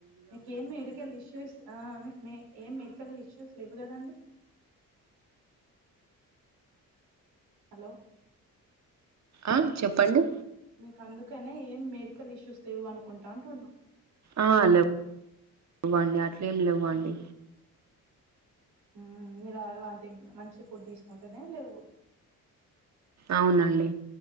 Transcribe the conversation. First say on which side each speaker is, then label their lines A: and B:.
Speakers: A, on the right; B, on the right.
A: మీకు ఏం మెడికల్ ఇష్యూస్ ఆ మీకు మే ఏం మెడికల్ ఇష్యూస్ లెవ్వు కదండి హలో
B: ఆ చెప్పండి
A: మీకు అందుకనే ఏం మెడికల్ ఇష్యూస్ లేవు అనుకుంటా అంటున్నా
B: ఆ లేవ్ లెవ్వండి అట్లేం లెవ్వండి
A: మ్మ్ మీరు అలాంటి మంచి ఫుడ్ తీసుకుంటేనే లెవ్వు
B: అవునండి